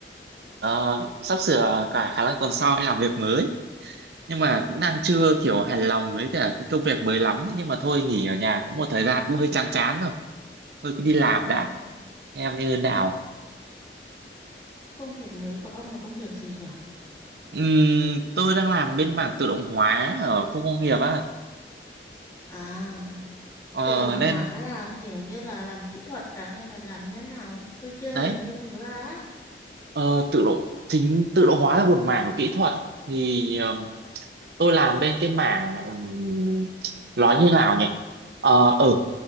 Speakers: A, on the right; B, on the left.
A: Ờ, sắp sửa cả khả năng tuần sau anh làm việc mới. Nhưng mà cũng đang
B: Ừ.
A: chưa kiểu hài lòng với cả cái công việc mới lắm ấy. Nhưng mà thôi nghỉ ở nhà cũng một thời gian cũng hơi chán chán rồi. Thôi cứ đi làm đã.
B: Ồ.
A: Em như thế nào?
B: Công việc mới của ông là công việc gì nhở?
A: Ừm, tôi đang làm bên mảng tự động hóa ở khu công nghiệp á.
B: À,
A: Ờ,
B: tự động
A: nên
B: hóa là kiểu như là làm kỹ thuật à hay là làm như thế nào? Tôi chưa
A: đấy
B: hình dung được ra. á.
A: Ờ, tự động chính tự động hóa là một mảng của kỹ thuật thì ờ, tôi làm bên cái mảng ừm, nói như nào nhỉ ờ ừ,